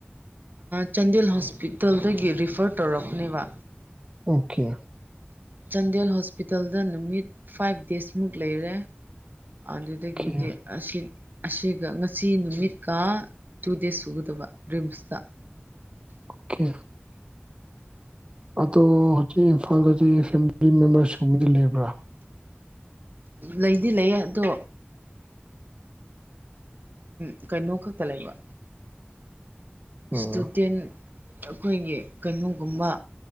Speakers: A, on the right; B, on the right.
A: ꯆꯥꯟꯗꯦꯜ ꯍꯣꯁꯄꯤꯇꯥꯜꯗꯒꯤ ꯔꯤꯐꯔ ꯇꯧꯔꯛꯅꯦꯕ
B: ꯑꯣꯀꯦ
A: ꯆꯥꯟꯗꯦꯜ ꯍꯣꯁꯄꯤꯇꯥꯜꯗ ꯅꯨꯃꯤꯠ ꯐꯥꯏꯚ ꯗꯦꯖꯃꯨꯛ ꯂꯩꯔꯦ ꯑꯗꯨ ꯑꯗꯒꯤꯗꯤ
B: ꯑꯣꯀꯦ
A: ꯑꯁꯤꯠ ꯑꯁꯤꯒ ꯉꯁꯤ ꯅꯨꯃꯤꯠꯀ ꯇꯨ ꯗꯦꯖ ꯁꯨꯒꯗꯕ ꯔꯤꯝꯁꯇ
B: ꯑꯣꯀꯦ ꯑꯗꯣ ꯍꯧꯖꯤꯛ ꯏꯝꯐꯥꯜꯗꯗꯤ ꯐꯦꯃꯤꯂꯤ ꯃꯦꯝꯕꯔꯁꯒꯨꯝꯕꯗꯤ ꯂꯩꯕ꯭ꯔꯥ
A: ꯂꯩꯗꯤ ꯂꯩꯌꯦ ꯑꯗꯣ ꯎ ꯀꯩꯅꯣ ꯈꯛꯇ ꯂꯩꯕ
B: ꯑꯣ
A: ꯏꯁꯇꯨꯗꯦꯟ ꯑꯩꯈꯣꯏꯒꯤ ꯀꯩꯅꯣꯒꯨꯝꯕ